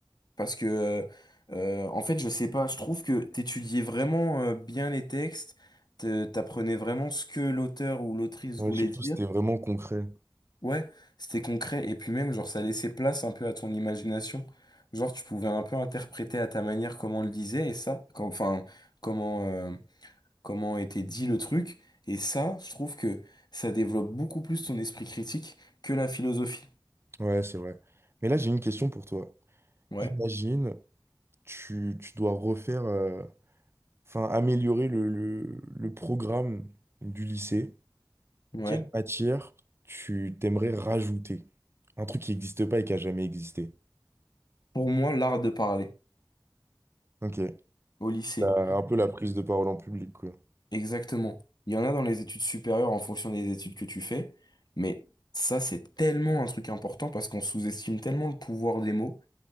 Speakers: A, on the left; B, on the right.
A: Parce que, euh, euh, en fait, je sais pas, je trouve que t'étudiais vraiment euh, bien les textes, te- t'apprenais vraiment ce que l'auteur ou l'autrice
B: Ouais,
A: voulait
B: surtout
A: dire.
B: c'était vraiment concret.
A: Ouais, c'était concret. Et puis même, genre, ça laissait place un peu à ton imagination. Genre, tu pouvais un peu interpréter à ta manière comment on le disait et ça, quand- enfin, comment, euh, comment était dit le truc. Et ça, je trouve que ça développe beaucoup plus ton esprit critique que la philosophie.
B: Ouais, c'est vrai. Mais là, j'ai une question pour toi.
A: Ouais,
B: Imagine, tu, tu dois refaire, euh, enfin améliorer le, le, le programme du lycée.
A: ouais.
B: Quelle matière tu t'aimerais rajouter? Un truc qui n'existe pas et qui a jamais existé.
A: Pour moi, l'art de parler
B: Ok.
A: au lycée.
B: La- un peu la prise de parole en public, quoi.
A: Exactement. Il y en a dans les études supérieures en fonction des études que tu fais, mais ça, c'est tellement un truc important parce qu'on sous-estime tellement le pouvoir des mots.